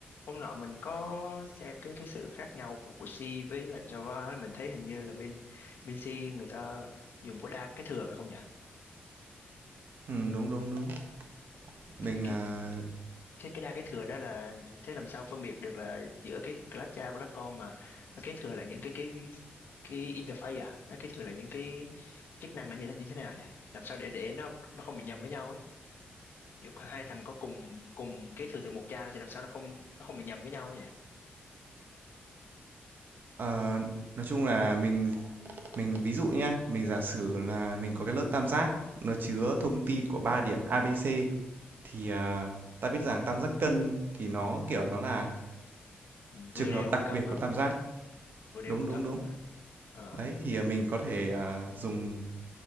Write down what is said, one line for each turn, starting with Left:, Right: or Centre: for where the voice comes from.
Left: Hôm nọ mình có xem cái cái sự khác nhau của C với lại Java ấy, mình thấy hình như là bên bên C người ta dùng có đa cái thừa phải không nhỉ?
Right: Ừm, đúng, đúng, đúng. Mình,
Left: Cái
Right: ờ,
Left: cái cái đa cái thừa đó là thế làm sao phân biệt được là giữa cái class cha và class con mà nó kế thừa là những cái cái cái interface à, nó kế thừa là những cái, cái chức năng là như, thế- như thế nào nhỉ? Làm sao để để nó nó không bị nhầm với nhau ấy. Ví dụ hai thằng có cùng cùng kế thừa từ một cha thì làm sao nó không nó không bị nhầm với nhau ấy nhỉ?
Right: ờ, nói chung là mình mình ví dụ nhá, mình giả sử là mình có cái lớp tam giác nó chứa thông tin của ba điểm A ABC thì ờ, ta biết rằng tam giác cân thì nó kiểu nó là
Left: Ừ, Vừa
Right: trường hợp
Left: đều
Right: đặc
Left: vừa cân
Right: biệt
Left: phải
Right: của
Left: không?
Right: tam giác.
Left: Vừa đều
Right: Đúng,
Left: vừa cân
Right: đúng, đúng.
Left: phải không ạ? Ờ.
Right: Đấy thì ờ, mình có thể ờ, dùng